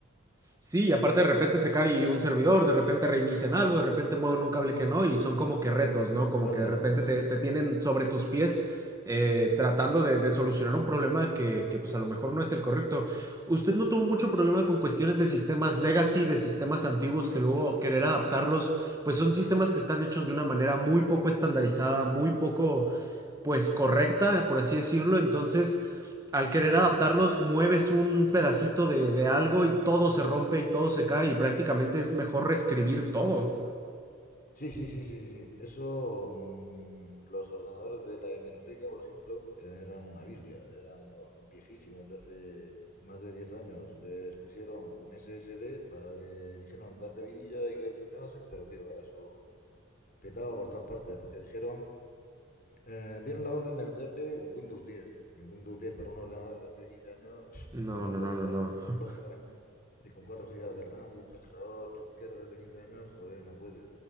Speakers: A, on the right (about 15°); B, on the left (about 45°).
A: Sí, y aparte de repente se cae un servidor, de repente reinician algo, de repente mueven un cable que no, y son como que retos, ¿no? Como
B: Claro,
A: que de repente
B: claro.
A: te, te tienen sobre tus pies eh, tratando de, de solucionar un problema que, que, pues a lo mejor no es el correcto. ¿Usted no tuvo mucho problema con cuestiones de sistemas legacy, de sistemas antiguos que luego querer adaptarlos? Pues son sistemas que están hechos de una manera muy poco estandarizada, muy poco, pues correcta, por así decirlo. Entonces al querer
B: Sí,
A: adaptarlos,
B: sí.
A: mueves un pedacito de, de algo y todo se rompe y todo se cae y prácticamente es mejor reescribir todo.
B: Sí, sí, sí, sí, sí, sí. Eso, mm, los ordenadores de la hemeroteca, por ejemplo, eran una birria, eran viejísimos de hace más de 10 años. Les pusieron un SSD para que dijeron darle vidilla y que funcionasen, pero que va, eso petaba por todas partes, porque dijeron, eh, dieron la orden de meterle un Windows diez Y un Windows 10 para un ordenador de hace 15 años, <sniffs>
A: No,
B: pues no
A: no,
B: lo podemos
A: no, no,
B: ver,
A: no.
B: lógica-
A: <laughs>
B: lógicamente. Y con cuatro gigas de RAM y un procesador chusquero de hace 15 años, joder, no puede.